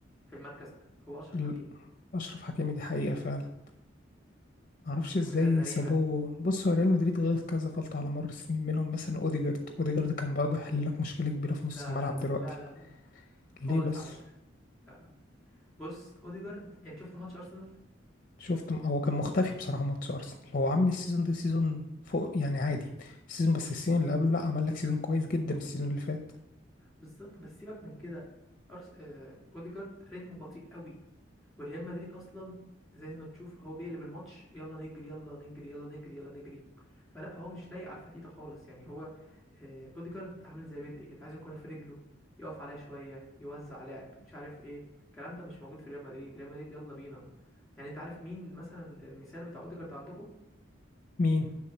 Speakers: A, in the centre; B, on the left.
A: في المركز ده هو اشرف
B: ال-
A: حكيمي
B: أشرف حكيمي دي حقيقة فعلا معرفش
A: دي
B: ازاي
A: حاجه غريبه
B: سابوه بص هو ريال مدريد غلط كذا غلطة على مر السنين منهم مثلا اوديجارد اوديجارد كان برضه يحل لك مشكلة كبيرة في
A: لا
B: نص الملعب
A: لا لا
B: دلوقتي
A: لا لا لا خالص
B: ليه بس
A: على فكره لا لا بص اوديجارد يعني شفت ماتش ارسنال
B: شفت م- هو كان مختفي بصراحة ماتش ارسنال هو عامل السيزون ده سيزون فوق يعني عادي السيزون بس السيزون اللي قبله لا عمل لك سيزون كويس جدا السيزون اللي فات
A: بالظبط بس سيبك من كده أرس... آه... اوديجارد رتمه بطيء قوي وريال مدريد اصلا زي ما تشوف هو بيقلب الماتش يلا نجري يلا نجري يلا نجري يلا نجري فلا هو مش لايق على الفريق ده خالص يعني هو آه... اوديجارد عامل زي بدري كده عايز الكوره في رجله يقف عليها شويه يوزع لعب مش عارف ايه الكلام ده مش موجود في ريال مدريد ريال مدريد يلا بينا يعني انت عارف مين مثلا المثال بتاع اوديجارد عندكم
B: مين